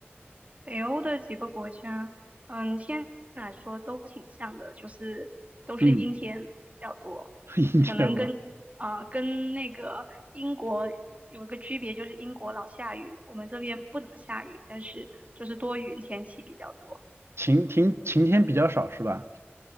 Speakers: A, on the right; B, on the right.
A: 北欧的几个国家，嗯，天气来说都挺像的，就是都是阴天比较多，
B: 嗯，<laughs> 阴天吗？
A: 可能跟啊、跟那个英国有一个区别，就是英国老下雨，我们这边不怎么下雨，但是就是多云天气比较多。
B: 晴晴晴天比较少是吧？